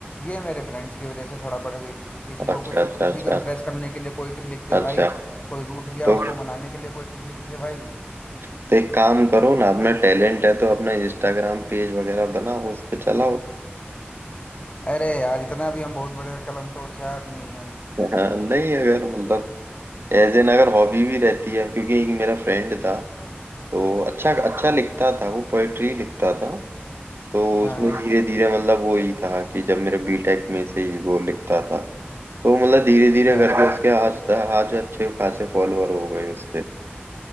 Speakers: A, on the left; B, on the right.
A: ये मेरे फ्रेंड्स की वजह से थोड़ा बढ़ गई किसी
B: अच्छा
A: को कुछ
B: अच्छा
A: किसी
B: अच्छा
A: को इम्प्रेस करने के लिए पोइट्री लिख दे
B: अच्छा
A: भाई कोई रूठ गया
B: तो
A: उसको मनाने के लिए पोइट्री लिख दे भाई
B: तो एक काम करो
A: तो
B: ना अपना
A: उसे
B: टैलेंट है तो अपना इंस्टाग्राम पेज वगैरह बनाओ उस पे चलाओ
A: अरे यार इतना भी हम बहुत बड़े कलम तोड़ शायर नहीं है
B: हाँ, नहीं अगर मतलब एज एन अगर हॉबी भी रहती है क्योंकि एक मेरा फ्रेंड था तो अच्छा
A: हाँ
B: अच्छा लिखता था वो पोएट्री लिखता था तो
A: हाँ
B: उसने
A: हाँ
B: धीरे धीरे मतलब वो ही था कि जब मेरे बीटेक में से ही वो लिखता था तो मतलब धीरे धीरे
A: अच्छा
B: करके उसके आज आज अच्छे खासे फॉलोअर हो गए उसके